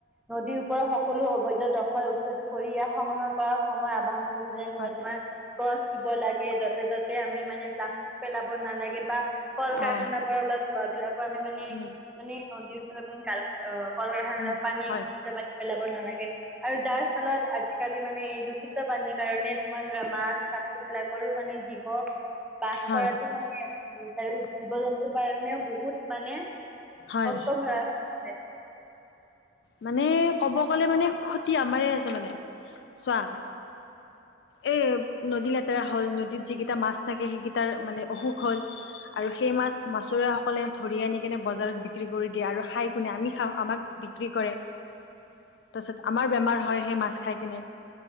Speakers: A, in the centre; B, on the left.
A: নদীৰ ওপৰত সকলো অবৈধ দ <unintelligible> কৰি ইয়াক সংগ্ৰহণ কৰাৰ সময় <unintelligible> যেনে ধৰা
B: হয়
A: তোমাৰ গছ ৰুব লাগে, য'তে ত'তে আমি মানে প্লাষ্টিক পেলাব নালাগে বা কাৰখানা
B: অ
A: পৰা ওলা ধোঁৱা বিলাকৰ আমি মানে,
B: উম
A: মানে নদীৰ ওচৰত <unintelligible> গাল অ' কল কাৰখানা মানে
B: উম
A: পানী
B: হয়
A: <unintelligible> পেলাব নালাগে। আৰু যাৰ ফলত আজিকালি মানে এই দূষিত পণীৰ কাৰণে তোমাৰ ধৰা মাছ-কাছ বস্তু বিলাকৰো মানে জীৱ বাস
B: হয়
A: কৰাটো মানে আৰু <unintelligible> জীৱ জন্তুৰ কাৰণেও বহুত মানে
B: হয়
A: কষ্ট ভৰা <unintelligible>
B: মানে ক'ব গ'লে মানে ক্ষতি আমাৰ আছে মানে। চোৱা
A: <inaudible>
B: এ নদী লেতেৰা হ'ল, নদীত যিকেইটা মাছ থাকে সেইকেটাৰ মানে অসুখ হ'ল আৰু সেই মাছ মাছোৰাসকলে ধৰি আনি কেনে বজাৰত বিক্ৰী কৰি দিয়ে। আৰু খাই কোনে আমি খাওঁ আমাক বিক্ৰী কৰে। তাৰপিছত আমাৰ বেমাৰ হয় সেই মাছ খাই কিনে।